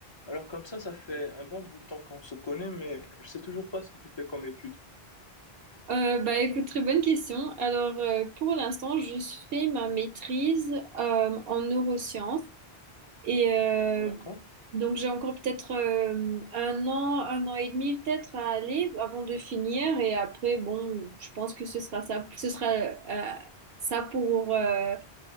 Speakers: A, on the left (about 30°); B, on the right (about 70°).
A: Alors comme ça, ça fait un bon bout de temps qu'on se connaît, mais je sais toujours pas ce que tu fais comme étude.
B: Euh, bah écoute, très bonne question. Alors euh, pour l'instant, je fais ma maîtrise euh, en neurosciences et euh,
A: D'accord?
B: donc j'ai encore peut-être euh, un an, un an et demi peut-être à aller avant de finir et après bon, je pense que ce sera ça, ce sera euh, ça pour euh,